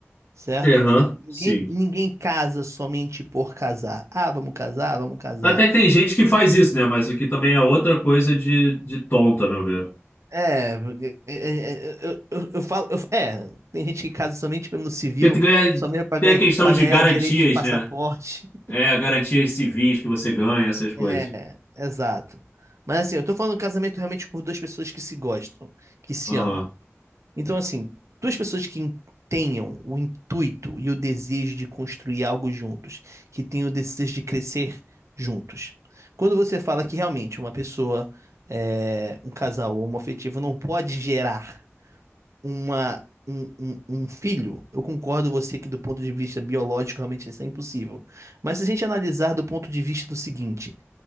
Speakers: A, on the right; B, on the left.
A: certo?
B: Aham,
A: Ninguém,
B: sim.
A: ninguém casa somente por casar. Ah, vamos casar, vamos casar.
B: Até tem gente que faz isso, né? Mas isso aqui também é outra coisa de, de tonta, a meu ver.
A: É, porque- é, é, é, eu, eu, eu falo, eu- é, tem gente que casa somente pelo civil,
B: Porque tu ganha-
A: somente para
B: tem
A: ganhar,
B: a questão
A: para
B: de
A: ganhar
B: garantias,
A: direito de passaporte.
B: né?
A: <laughs>
B: É, garantias civis que você ganha, essas coisas.
A: É, exato. Mas assim, eu tô falando de casamento realmente por duas pessoas que se gostam, que se
B: Aham,
A: amam. Então, assim, duas pessoas que in- tenham o intuito e o desejo de construir algo juntos, que tenham o desejo de crescer juntos. Quando você fala que realmente uma pessoa, é, um casal homoafetivo não pode gerar uma, um, um- um filho, eu concordo com você que do ponto de vista biológico realmente isso é impossível. Mas se a gente analisar do ponto de vista do seguinte,